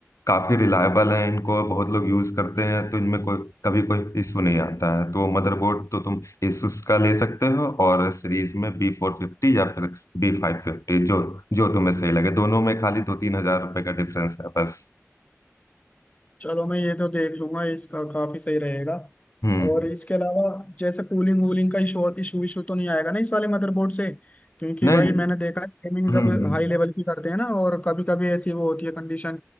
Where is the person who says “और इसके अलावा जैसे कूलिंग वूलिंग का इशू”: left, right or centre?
Left